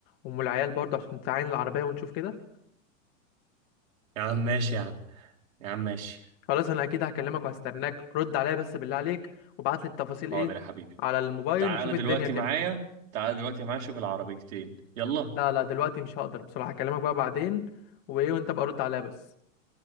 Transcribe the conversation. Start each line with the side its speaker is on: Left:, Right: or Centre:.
Left: ام العيال برضو عشان تعاين العربية ونشوف كده
Right: يا عم ماشي يا عم يا عم ماشي
Left: خلاص انا اكيد هكلمك وهستناك رد عليا بس بالله عليك وابعت لي التفاصيل
Right: حاضر
Left: ايه
Right: يا حبيبي
Left: على الموبايل
Right: تعالى
Left: نشوف الدنيا
Right: دلوقتي
Left: كده
Right: معايا تعالى دلوقتي معايا شوف العربيتين يلا
Left: لا لا دلوقتي مش هقدر بصراحة هكلمك بقى بعدين وايه وانت بقى رد عليا بس